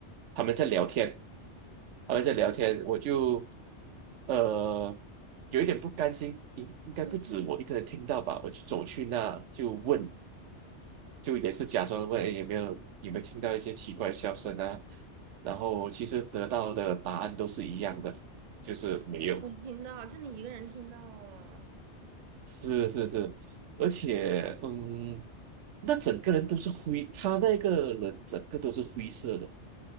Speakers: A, on the right; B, on the right.
A: 他们在聊天，他们在聊天，我就呃有一点不甘心，应应该不止我一个人听到吧，
B: 嗯，
A: 我就走去那就问。就也是假装问诶有没有有没有听到一些奇怪的笑声啊，然后其实得到的答案都是一样的，就是没有。
B: 我听到，就你一个人听到了
A: 是是是，而且嗯，那整个人都是灰，他那个人整个都是灰色的，